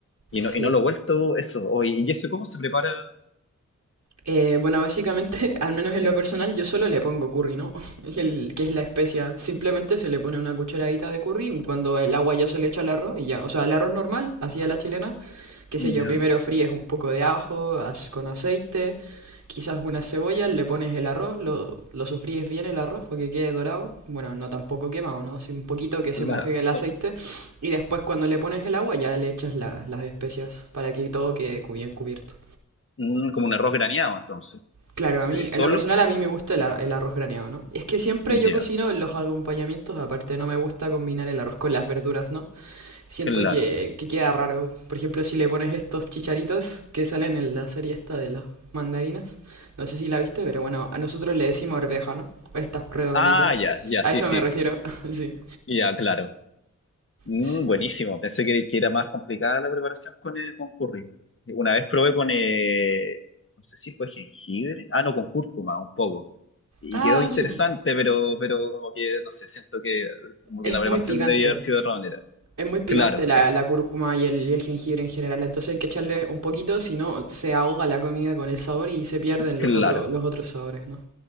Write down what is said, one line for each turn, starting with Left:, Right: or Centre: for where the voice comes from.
Left: Y
Right: Sí,
Left: no, y no lo he vuelto eso. Oh, ¿y y eso cómo se prepara?
Right: Eh, bueno, básicamente, <laughs> al menos en lo personal, yo solo le pongo curry, ¿no? <laughs> Y el, que es la especia. Simplemente se le pone una cucharadita de curry y cuando el agua ya se le echa al arroz y ya. O sea, el arroz normal, así a la chilena, qué
Left: Ya.
Right: sé yo, primero fríes un poco de ajo haz- con aceite, quizás unas cebollas, le pones el arroz, lo, lo sofríes bien el arroz para que quede dorado. Bueno, no tampoco quemado, ¿no? Así un poquito que se
Left: claro
Right: moje el aceite
Left: co-
Right: y después cuando le pones el agua ya le echas la- las especias para que todo quede cu- bien cubierto.
Left: mm, como un arroz graneado, entonces.
Right: Claro,
Left: Sí,
Right: a mí,
Left: ¿Solo?
Right: en lo personal a mí me gusta el, ar- el arroz graneado, ¿no? Es que siempre
Left: Ya,
Right: yo cocino los acompañamientos, aparte no me gusta combinar el arroz con las verduras, ¿no? Siento
Left: claro.
Right: que, que queda raro. Por ejemplo, si le pones estos chicharitos que salen en la serie esta de las mandarinas, no sé si la viste, pero bueno, a nosotros le decimos arveja, ¿no? Estas redonditas.
Left: Ah, ya, ya,
Right: A
Left: sí,
Right: eso
Left: sí.
Right: me refiero, <laughs> sí.
Left: Ya, claro. Mm,
Right: Sí.
Left: buenísimo, pensé que, que era más complicada la preparación con el con curry. Una vez probé con, eh, no sé si fue jengibre, ah, no, con cúrcuma, un poco. Y
Right: Ah,
Left: quedó interesante,
Right: sí. po.
Left: pero, pero como que, no sé, siento que, como
Right: Es
Left: que la preparación
Right: muy picante.
Left: debía haber sido de otra manera.
Right: Es muy picante
Left: Claro,
Right: la,
Left: sí,
Right: la cúrcuma y el, y el jengibre en general, entonces hay que echarle un poquito, si no se ahoga la comida con el sabor y se pierden
Left: claro.
Right: los otros, los otros sabores, ¿no?